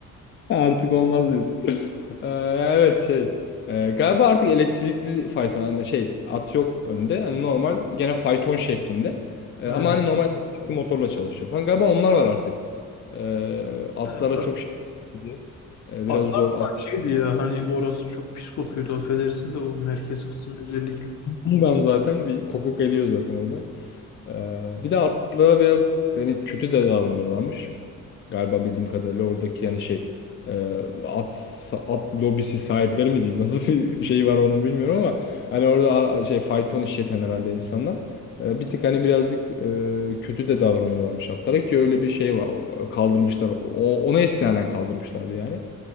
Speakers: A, on the left; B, on the left.
A: Artık olmaz diyorsun. <laughs> Ee, evet şey. Ee, galiba artık elektrikli fayton yani şey at yok önde. Hani normal gene fayton şeklinde. Ee,
B: Ha.
A: ama hani normal elektrikli motorla çalışıyor falan. Galiba onlar var artık. Ee, atlara
B: Evet,
A: çok şey. yapıyor. Ee, biraz
B: atlar
A: zor atlar.
B: bak şeydi ya hani orası çok pis kokuyordu affedersin de o merkez kısmı özellikle.
A: Bundan <laughs> zaten bir kokuk geliyor zaten orada. Ee, bir de atlara biraz hani kötü de davranıyorlarmış. Galiba bildiğim kadarıyla oradaki yani şey e, at at lobisi sahipleri mi diyeyim <laughs> nasıl bir şey var onu bilmiyorum ama hani orada a- şey fayton işleten herhalde insanlar E, bir tık hani birazcık e, kötü de davranıyorlarmış atlara ki öyle bir şey var O- kaldırmışlar o, ona istinaden kaldırmışlardı yani.